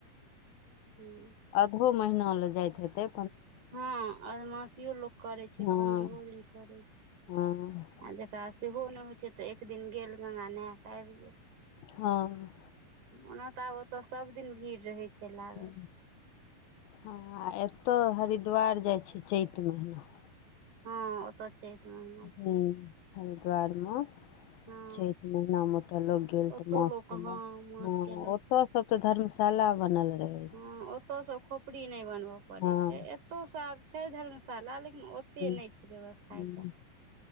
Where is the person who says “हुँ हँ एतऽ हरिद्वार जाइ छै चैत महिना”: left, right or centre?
Left